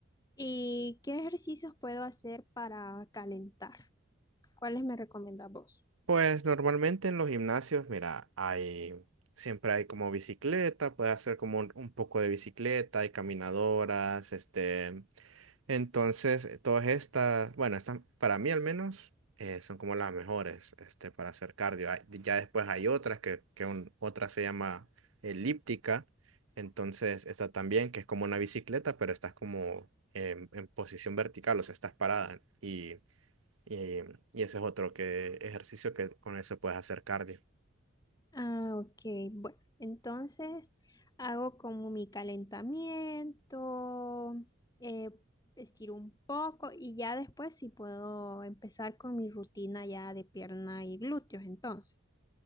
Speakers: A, on the left; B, on the right.
A: ¿Y qué ejercicios puedo hacer para calentar? ¿Cuáles me recomendás vos?
B: Pues normalmente en los gimnasios, mira, hay, siempre hay como bicicleta, puedes hacer como un, un poco de bicicleta, hay caminadoras, este, entonces eh, todas estas, bueno, estas para mí al menos eh, son como las mejores, este, para hacer cardio. Hay- ya después hay otras que, que un- otra se llama elíptica, entonces esta también que es como una bicicleta, pero estás como en, en posición vertical, o sea, estás parada y y, y ese es otro que, ejercicio que con eso puedes hacer cardio.
A: Ah, ok. Bueno, entonces hago como mi calentamiento, eh, estiro un poco y ya después sí puedo empezar con mi rutina ya de pierna y glúteos, entonces.